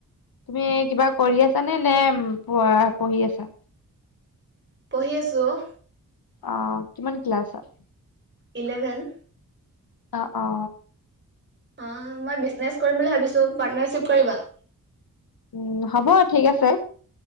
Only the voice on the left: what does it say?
তুমি কিবা কৰি আছ নে, নে পঢ়ি আছা?
অ কিমান ক্লাছত?
অ অ।
উ হ'ব ঠিক আছে।